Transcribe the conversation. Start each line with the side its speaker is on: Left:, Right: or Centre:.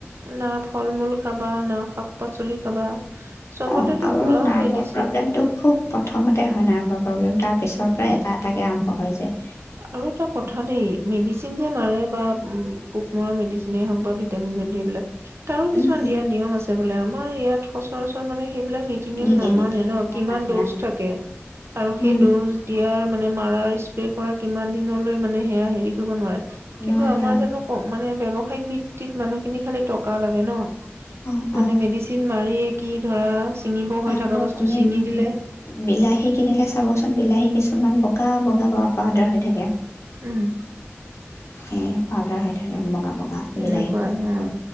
Right: নাভ ফল-মূল খাবা না শাক-পাচলি খাবা। চবতেতো
Left: অ', আৰু
Right: পুৰা
Left: নাৰ্ভৰ
Right: মেডিচিন
Left: প্ৰব্লেমটো খুব প্ৰথমতে হয় নাৰ্ভৰ প্ৰব্লেম তা ত পিছৰ
Right: উম
Left: পৰাই এটা এটাকে আ হৈ যায়
Right: আৰু এটা কথা দেই মেডিচিন যে, মাৰে বা উম, পোক মৰা মেডিচিনে হওঁক বা ভিটামিন যদি এইবিলাক তাৰো কিছুমান
Left: উম,
Right: দিয়া নিয়ম আছে বোলে আমাৰ ইয়াত সচৰাচৰ মানে সেইবিলাক নীতি নিয়ম
Left: নিদিয়ে
Right: নামানে
Left: নিদিয়ে
Right: ন ন?
Left: নামানে
Right: কিমান ড'জ
Left: নামানে
Right: থাকে আৰু সেই
Left: উম,
Right: ড'জ দিয়াৰ মান মানে মাৰা ইস্প্ৰে কৰা কিমান দিনলৈ মান মে হেয়া হেৰি কৰিব নোৱাৰে কিন্তু
Left: নোৱাৰে
Right: আমাৰ
Left: অঁ
Right: জানো ক মানে ব্যৱসায়িক ভিত্তিত মানুহখিনি খালি টকা লাগে ন?
Left: অঁ
Right: মানে
Left: অঁ
Right: মেডিচিন মাৰি কি ধৰা ছিঙিব হৈ
Left: আৰু
Right: থকা বস্তু
Left: আপুনি
Right: ছিঙি দিলে
Left: উ বিলাহী কিনিলে চাবচোন বিলাহী কিছুমান ব গা বগা ব পাউদাৰ হৈ থাকে।
Right: উম।
Left: <unintelligible> ‌ পাউদাৰ হৈ থাকে বগা বগা,
Right: তেনেকুৱা
Left: বিলাহী বিলাকতো
Right: উম